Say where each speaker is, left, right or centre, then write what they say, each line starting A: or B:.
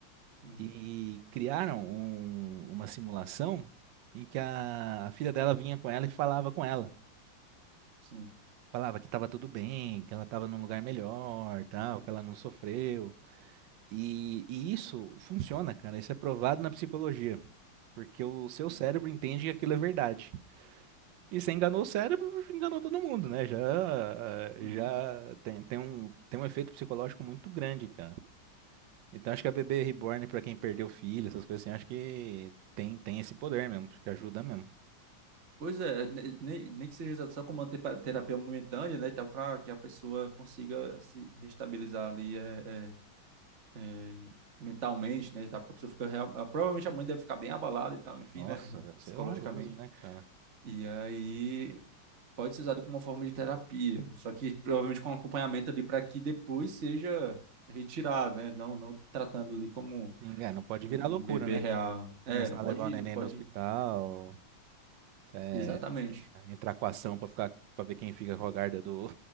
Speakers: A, on the right; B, on the right.
A: Uhum,
B: E criaram um- uma simulação em que a, a filha dela vinha com ela e falava com ela.
A: sim.
B: Falava que estava tudo bem, que ela estava num lugar melhor, tal, que ela não sofreu. E, e isso funciona, cara. Isso é provado na psicologia, porque o seu
A: Uhum,
B: cérebro entende que aquilo é verdade. E você enganou o cérebro, enganou todo mundo, né? Já,
A: uhum.
B: já tem, tem um, tem um efeito psicológico muito grande, cara. Então acho que a bebê reborn, pra quem perdeu filho, essas coisas assim, acho que tem, tem esse poder mesmo, porque ajuda mesmo.
A: Pois é, ne- nem, nem que seja só com uma tepa- terapia momentânea, né? e Tal, para que a pessoa consiga se restabilizar ali é, é, é, mentalmente, né, e tal, porque a pessoa fica, real- ah, provavelmente a mãe deve ficar bem abalada e tal, enfim,
B: Nossa,
A: né,
B: deve ser
A: psicologicamente.
B: horroroso, né, cara?
A: E aí pode ser usado como uma forma de terapia, só que provavelmente com acompanhamento ali para que depois seja retirado, né, não, não tratando ali como
B: Sim, é, não pode
A: um,
B: virar loucura,
A: um bebê
B: né?
A: real.
B: Com-
A: É,
B: Começar
A: não pode,
B: a levar o neném
A: não pode,
B: no hospital, é,
A: exatamente.
B: entrar com ação pra ficar, para ver quem fica com a guarda do,